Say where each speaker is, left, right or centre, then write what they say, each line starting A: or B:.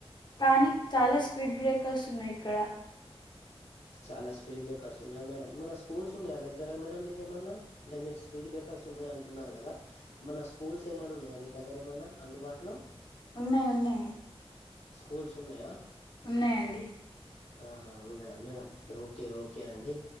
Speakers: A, on the left (about 45°); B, on the left (about 80°).
A: కానీ చాలా స్పీడ్ బ్రేకర్స్ ఉన్నాయి ఇక్కడ
B: చాలా స్పీడ్ బ్రేకర్స్ ఉన్నాయి మేడం ఏమన్నా స్కూల్స్ ఉన్నాయి ద మేడం మీకేమన్నా అంటే మీరు స్పీడ్ బ్రేకర్స్ ఉన్నాయి అంటున్నారు కదా ఏమన్నా స్కూల్స్ ఏమన్నా ఉన్నాయా మీ దగ్గర ఏమన్నా అందుబాటులో
A: ఉన్నాయి ఉన్నాయి
B: స్కూల్స్ ఉన్నాయా
A: ఉన్నాయంండి.
B: ఆహా ఉన్నాయా మేడం ఓకే ఓకే అండి